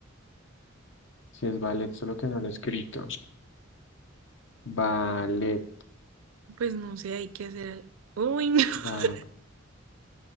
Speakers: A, on the left; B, on the right.
A: Sí es ballet, solo que no lo he escrito. Ballet.
B: Pues no sé, hay que hacer algo. Uy, no. <laughs>
A: Ballet.